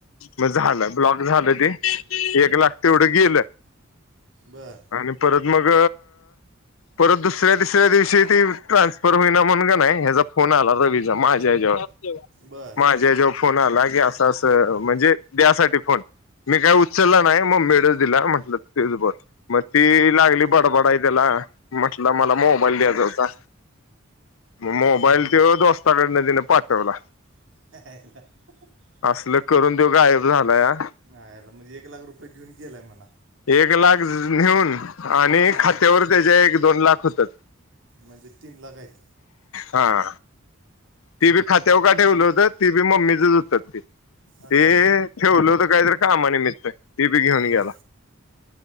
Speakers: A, on the left; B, on the right.
A: म झालं, ब्लॉक झालं ते, एक लाग तेवढं गेलं
B: बर
A: आणि परत मग परत दुसऱ्या तिसऱ्या दिवशी ते ट्रान्सफर होईना म्हणुन का नाही ह्याचा फोन आला रवीचा माझ्या यांच्यावर. माझे
B: बर
A: ह्याच्यावर फोन आला की अस अस म्हणजे द्यासाठी फोन मी काय उचललं नाही मम्मीड दिला म्हंटलं तुच बोल, मग ती लागली बडबडाय त्याला म्हटलं मला मोबाईल द्यायचा होता. मग मोबाईल
B: हं, हं.
A: त्यो दोस्ताकडन त्याने पाठवला.
B: <unintelligible>
A: असलं करून तो गायब झालाया.
B: हेच्या आयला म्हणजे एक लाख रुपये घेऊन गेलाय म्हणा.
A: एक लाख नेऊन आणि
B: हां
A: खात्यावर त्याच्या एक दोन लाख होतत.
B: मजे तीन लाख हायत.
A: हा ती बी खात्यावर का ठेवलं होत ती बी मम्मीचच होतात ते
B: अच्छा
A: ते होतं ठेवलं काहीतरी कामा निमित्त ते बी घेऊन
B: होय
A: गेला